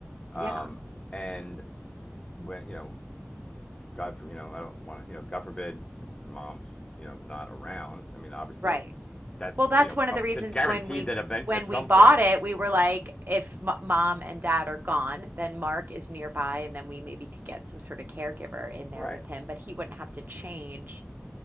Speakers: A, on the right; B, on the left.
A: Yeah,
B: Um, and when you know, God for you know, I don't want to you know, God forbid, mom's you know not around. I mean, obviously
A: right.
B: it's that's
A: Well, that's
B: you know
A: one of
B: up,
A: the reasons
B: it's guaranteed
A: when we
B: that event
A: when
B: at some
A: we bought
B: point
A: it,
B: she won't
A: we were like,
B: be.
A: if m mom and dad are gone, then Mark is nearby, and then we maybe could get some sort of caregiver in there
B: Right.
A: with him, but he wouldn't have to change,